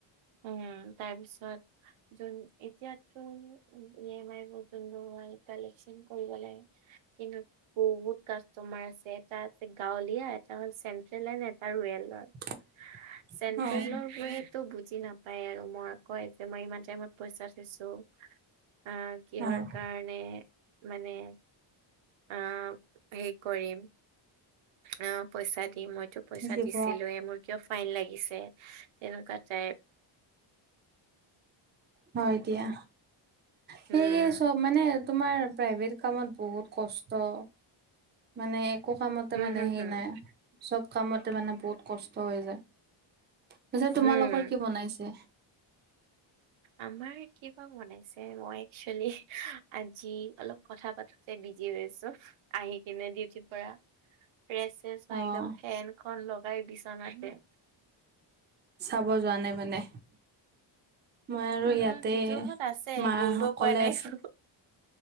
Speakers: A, on the right (about 70°); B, on the right (about 25°).
A: উম তাৰপিছত যোন এতিয়া তো ই এম আইৰ প ম কালেকশ্যন কৰিব লাগে কিন্তু বহুত কাষ্টমাৰ আছে এটা আছে গাঁৱলীয়া এটা হ'ল চেন্ট্ৰেল এন এটা ৰুৱেলাৰ।
B: <unintelligible>
A: চেন্ট্ৰেলৰ
B: অ',
A: বয় তো বুজি নাপায় আৰু মই কয় যে মই ইমান টাইমত পইচা থৈছো। আহ কিহৰ
B: অ',
A: কাৰণে মানে অ হে কৰিম। অ পইচা দিম মইতো পইচা
B: দিব
A: দিছিলোয়ে মোৰ- কিয় ফাইন লাগিছে তেনেকুৱা টাইপ।
B: হয় দিয়া, সেই
A: উম
B: চব মানে- তোমাৰ প্ৰাইভেট কামত বহুত কষ্ট। মানে একো কামতে
A: হম
B: মানে
A: হম
B: সেই
A: হম
B: নাই চব কামতে মানে বহুত কষ্ট হৈ যায়। পিছে তোমালোকৰ
A: হম
B: কি বনাইছে?
A: আমাৰ কিবা বনাইছে মই একচেলি আজি- অলপ কথা পাতোতে বিজি হৈ আছো আহি কিনে ডিউটিৰ পৰা ৰেষ্ট চোৱা
B: অ'।
A: একদম ফেনখন লগাই বিচনাতে।
B: চাব যোৱা নাই মানে। মই আৰু
A: উম,
B: ইয়াতে
A: উম, সিটো ৰুমত আছে
B: মা
A: গোন্ধ
B: সকলে
A: পোৱা নাই
B: আছে।
A: একো।